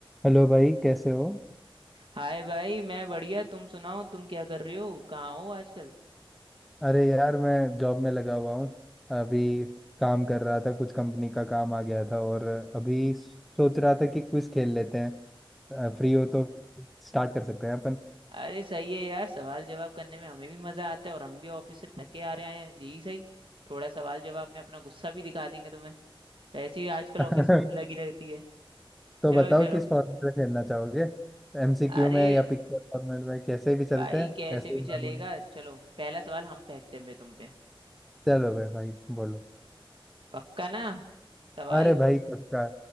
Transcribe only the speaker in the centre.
Hello भाई कैसे हो
अरे यार मैं जॉब में लगा हुआ हूँ अभी काम कर रहा था कुछ कंपनी का काम आ गया था और अभी सोच रहा था कि क्विज खेल लेते हैं फ्री हो तो स्टार्ट कर सकते हैं अपन
<laughs>
तो
बताओ
किस फॉर्मेट में खेलना चाहोगे एमसीक्यू
में या पिक्चर फॉर्मेट में कैसे भी चलते
हैं
ऐसे
ही नॉर्मल
चलो भाई भाई बोलो
अरे भाई पक्का